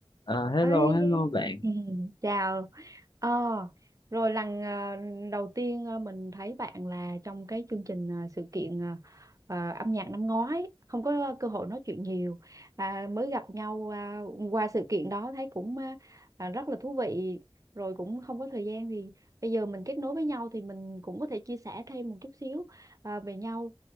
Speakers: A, on the left; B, on the right.
A: À, hello
B: ấy
A: hello bạn
B: <laughs> chào ờ rồi lần ờ, đầu tiên ờ, mình thấy bạn là trong cái chương trình ờ, sự kiện ờ, ờ, âm nhạc năm ngoái không có cơ hội nói chuyện nhiều à, mới gặp nhau à, qua sự kiện đó thấy cũng ờ, à, rất là thú vị rồi cũng không có thời gian thì bây giờ mình kết nối với nhau thì mình cũng có thể chia sẻ thêm một chút xíu ờ, về nhau